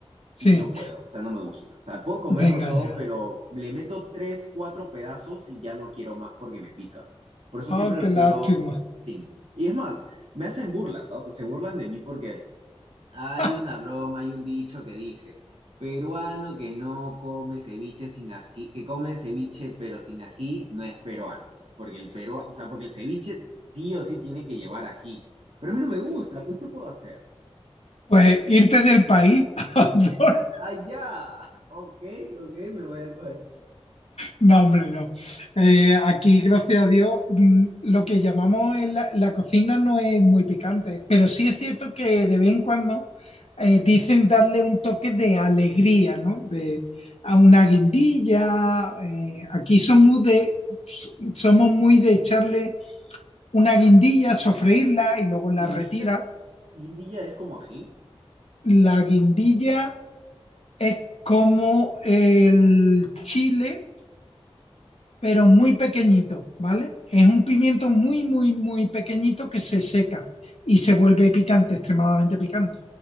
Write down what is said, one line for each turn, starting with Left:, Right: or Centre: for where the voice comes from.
Left: sí,
Right: y no puedo, o sea, no me gusta. O sea, puedo comerlo
Left: venga
Right: todo,
Left: ya.
Right: pero le meto tres, cuatro pedazos y ya no quiero más porque me pica. Por eso
Left: Oh,
Right: siempre lo
Left: qué lástima.
Right: pido sin. Y es más, me hacen burlas, ¿ah? O sea, se burlan de mí porque hay
Left: <laughs>
Right: una broma, hay un dicho que dice, peruano que no come ceviche sin ají, que come ceviche pero sin ají no es peruano. Porque el peruano, o sea, porque el ceviche sí o sí tiene que llevar ají. Pero a mí no me gusta, pues ¿qué puedo hacer?
Left: Pues irte del país <laughs> a otro
Right: Allá, ok, ok, me voy al país.
Left: No, hombre, no. Eh, aquí, gracias a Dios, mm, lo que llamamos en la, la cocina no es muy picante, pero sí es cierto que de vez en cuando eh, dicen darle un toque de alegría, ¿no? De, a una guindilla. eh, aquí somos muy de- s- somos muy de echarle una guindilla, sofreírla y luego la
Right: Guindilla,
Left: retira.
Right: guindilla es como ají.
Left: La guindilla es como el chile pero muy pequeñito, ¿vale? Es un pimiento muy, muy, muy pequeñito que se seca y se vuelve picante, extremadamente picante.